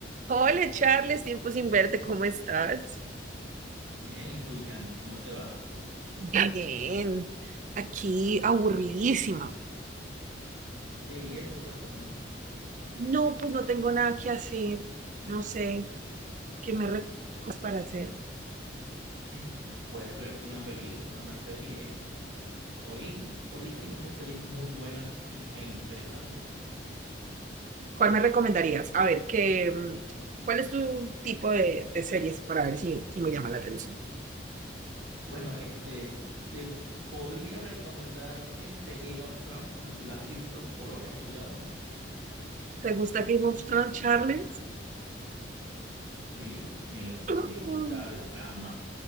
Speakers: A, on the right (about 40°); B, on the right (about 80°).
A: Hola Charles, tiempo sin verte, ¿cómo estás?
B: Bien, ¿y tú, Yanni? ¿Cómo te va?
A: Bien, aquí aburridísima.
B: Sí, y eso, cuéntame.
A: No, pues no tengo nada que hacer. No sé, ¿qué me recomiendas para hacer?
B: Mm, <clears throat> Puedes verte una película, una serie. Ori- Ahorita hay muchas series muy buenas y- e interesantes.
A: ¿Cuál me recomendarías? A ver, ¿qué, mm, cuál es tu tipo de, de series para ver si, si me llama la atención?
B: Bueno, este, te podría recomendar este Game of Thrones. No sé si la has visto o lo has escuchado.
A: ¿Te gusta Game of Thrones, Charles?
B: Sí, me,
A: <clears throat>
B: me gusta
A: Mm.
B: el trama.